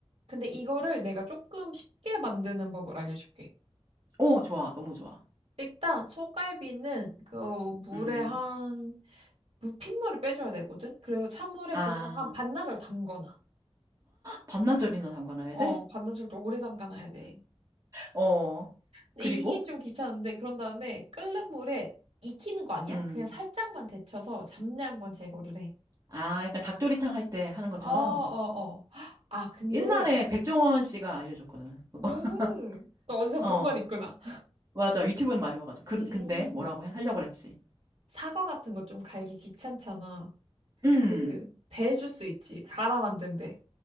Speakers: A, on the right; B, on the right.
A: 근데 이거를 내가 조금 쉽게 만드는 법을 알려줄게.
B: 어, 좋아. 너무 좋아.
A: 일단, 소갈비는 그 물에
B: 음.
A: 한, 물- 핏물을 빼줘야 되거든? 그래서 찬물에
B: 아,
A: 그냥 한 반나절 담거나,
B: 반나절이나 담가놔야
A: 어,
B: 돼?
A: 반나절 또 오래 담가놔야 돼.
B: 어.
A: 근데
B: 그리고?
A: 이게 좀 귀찮은데 그런 다음에 끓는 물에 익히는 거 아니야?
B: 음.
A: 그냥 살짝만 데쳐서 잡내 한번 제거를 해.
B: 아, 약간 닭도리탕 할 때 하는 것처럼
A: 어, 어, 어. 아, 근데
B: 옛날에 백종원 씨가 알려줬거든. 그거.
A: 음, 너 어디서
B: <laughs> 어,
A: 본 건 있구나.
B: 맞아. 유튜브는 많이 봐가지고. 그,
A: 음,
B: 근데 뭐라고 해? 하려고 그랬지.
A: 사과 같은 거 좀 갈기 귀찮잖아.
B: 음,
A: 그, 배 주스 있지. 갈아 만든 배.